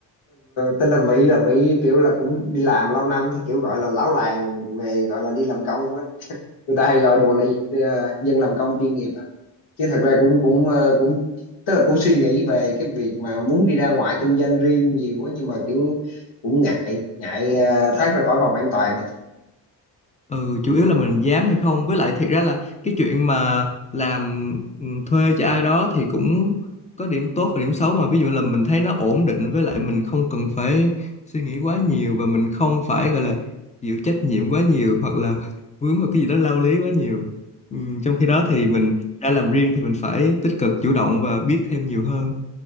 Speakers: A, on the left; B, on the left.
A: tên là vĩ là vĩ kiểu là cũng đi làm lâu năm thì kiểu gọi là lão làng về gọi là đi làm công á người ta hay gọi đùa là gì Ờ, dân làm công chuyên nghiệp á chứ thật ra cũng cũng ờ, cũng tức là cũng suy nghĩ về cái việc mà muốn đi ra ngoài kinh doanh riêng nhiều quá nhưng mà kiểu cũng ngại ngại ờ, thoát ra khỏi vòng an toàn á
B: Ừ, chủ yếu là mình dám hay không với lại thiệt ra là cái chuyện mà làm ừ, thuê cho ai đó thì cũng có điểm tốt và điểm xấu mà ví dụ là mình thấy nó ổn định với lại mình không cần phải suy nghĩ quá nhiều và mình không phải gọi là chịu trách nhiệm quá nhiều hoặc là <laughs> vướng vào cái gì đó lao lý quá nhiều ừ, trong khi đó thì mình đã làm riêng thì mình phải tích cực chủ động và biết thêm nhiều hơn